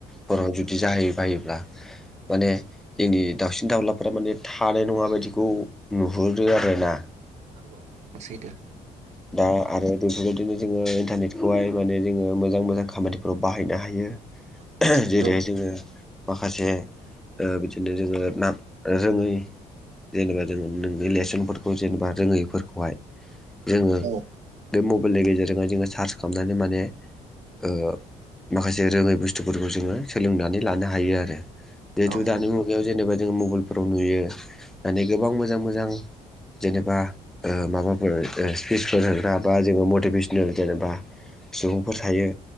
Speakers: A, in the centre; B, on the right.
A: फोराव जुदि जाहै बायोब्ला माने जोंनि दाउसिन-दाउलाफ्रा माने थानाय नङा बायदि खौ नुहुरो आरो ना।
B: औ औ नंगौ सैथो।
A: दा आरो बेफोरबायदिनो जोङो इन्टारनेटखौहाय माने जोङो मोजां मोजां खामानिफोराव बाहायनो हायो।
B: <inaudible>
A: जेरैहाय
B: औ
A: जोङो माखासे ओ बिदिनो जोङो ना रोङै जेनेबा जों नोंनि लेसनफोरखौ जेनेबा रोङैफोरखौहाय जोङो
B: औ
A: बे मबाइलनि गेजेरजोंहाय जोङो सार्च खालामनानै माने ओ माखासे रोङै बुस्थुफोरखौ जोङो सोलोंनानै लानो हायो आरो। जिहेथु
B: औ
A: दानि मुगायाव जेनेबा जोङो मबाइलफोराव नुयो मानि गोबां मोजां मोजां जेनेबा माबाफोर स्पिसफोर होग्रा बा जोङो मटिभेसनेल जेनेबा सुबुंफोर थायो।